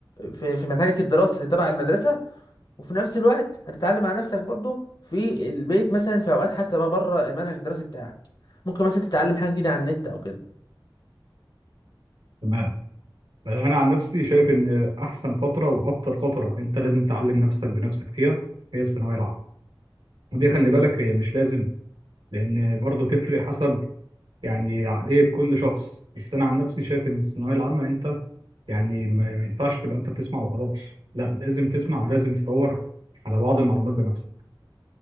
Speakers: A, on the left; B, on the right.
A: في في منهجك الدراسي اللي تبع المدرسه وفي نفس الوقت هتتعلم مع نفسك برضو في البيت مثلا في اوقات حتى بقى بره المنهج الدراسي بتاعك ممكن مثلا تتعلم حاجه جديده على النت او كده
B: تمام بس انا عن نفسي شايف ان احسن فتره واكتر فتره انت لازم تعلم نفسك بنفسك فيها هي الثانويه العامه ودي خلي بالك هي مش لازم لان برضه تفرق حسب يعني عقلية كل شخص بس أنا عن نفسي شايف إن الثانوية العامة أنت يعني ما ما ينفعش تبقى أنت بتسمع وخلاص لا لازم تسمع ولازم تدور على بعض المعلومات بنفسك